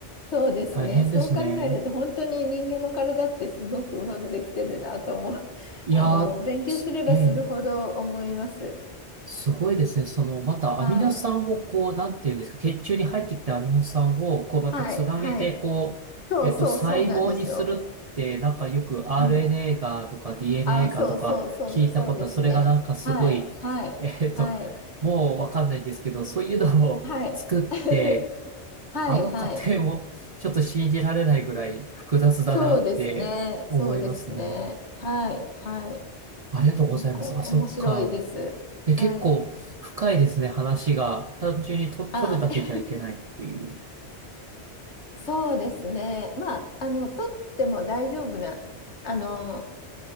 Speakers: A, on the left; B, on the right.
A: そうですね。
B: 大変ですね。
A: そう考えると本当に人間の体ってすごくうまくできてるなと思う。<laughs>
B: いやー、
A: あの、勉強すればするほど思います。
B: すええ。すごいですね。その、またアミノ酸をこう、
A: はい。
B: なんていうんですか、血中に入ってきたアミノ酸を、こう、またつなげて、
A: はい。はい。
B: こう、
A: そうそうそうなんですよ。
B: えっと、細胞にするって、なんかよく RNA
A: うん。
B: がとか DNA
A: あ、そうそうそうそうですね。
B: がとか聞いたことは、それがなんかすごい、
A: はい。はい。
B: えっと、
A: はい。
B: もうわかんないんですけど、そういうのを作って、
A: はい。<laughs> はい。
B: あの過程もちょっと信じられないぐらい複雑だなって思いますね。
A: はい。そうですね。そうですね。はい。はい。
B: ありがとうございます。
A: 結構面白いです。
B: あ、そっか。え、結構深いですね、
A: はい。
B: 話が。単純にと、取るだけじゃいけないっていう。
A: あ、<laughs> そうですね。まあ、あの、取っても大丈夫な、あの、